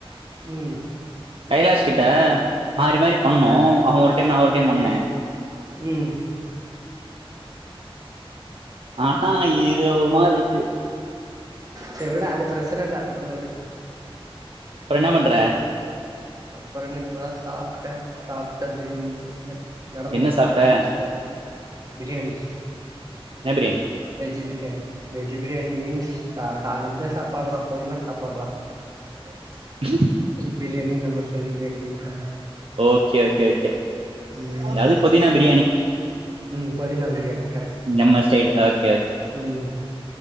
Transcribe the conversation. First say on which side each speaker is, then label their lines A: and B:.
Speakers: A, on the right; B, on the right.
A: ம்
B: கைலாஷ் கிட்ட மாறி மாறி பண்ணோ‌
A: ஆ
B: அவன் ஒரு டைம் நா ஒரு
A: செரி
B: டைம் பண்ணே
A: ம்
B: ஆஹா இது ஒரு மாறி இருக்கு
A: செர் விடு அது பிரச்சன இல்ல விடு விடு
B: அப்றோ என்னா பன்ற
A: அப்றோ என்ன இப்போதா சாப்ட்டே சாப்ட்டு அப்டே நின்னுட்டு இருக்கே நடந்துட்டு
B: என்ன
A: இருங்க
B: சாப்ட்ட
A: புஸ்டா போட்டி பிரியாணி
B: என்ன biryani
A: veg biryani veg biryani means த தா இந்த சாப்பாறா பொதினா சாப்பாறா
B: <unintelligible>
A: பிரியாணினு நம்ம சொல்லிக்க வேண்டிதா
B: ஓகே ஓகே ஓகே
A: ம்
B: அது பொதினா பிரியாணி
A: ம் பொதினா பிரியாணி கரெக்ட்
B: நம்ம ஸ்டைல்லு ஓக்
A: ம்